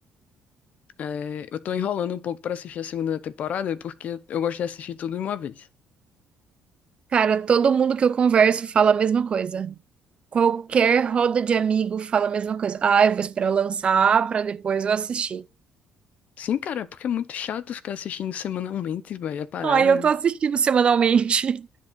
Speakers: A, on the left; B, on the right.
A: é, eu tô enrolando um pouco pra assistir a segunda temporada porque eu gosto de assistir tudo de uma vez.
B: Cara, todo mundo que eu converso fala a mesma coisa. Qualquer roda de amigo fala a mesma coisa. Ah, eu vou esperar lançar pra depois eu assistir.
A: Sim, cara, porque é muito chato ficar assistindo semanalmente, velho, a parada.
B: Ai, eu tô assistindo semanalmente.